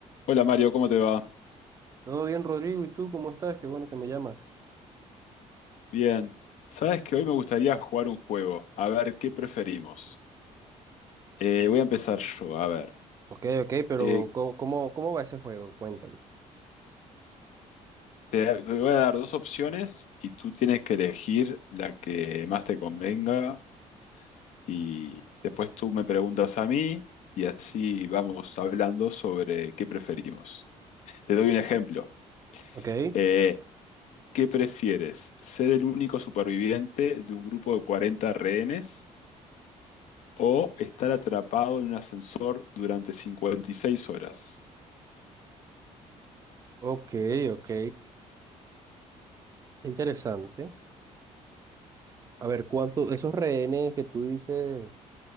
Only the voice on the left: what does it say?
Hola Mario, ¿cómo te va?
Bien. Sabes que hoy me gustaría jugar un juego. A ver, ¿qué preferimos? Eh, voy a empezar yo. A ver,
Eh,
te, te voy a dar dos opciones y tú tienes que elegir la que más te convenga y después tú me preguntas a mí y así vamos hablando sobre qué preferimos. Te doy un ejemplo.
Eh, ¿qué prefieres? ¿Ser el único superviviente de un grupo de 40 rehenes? o estar atrapado en un ascensor durante 56 horas.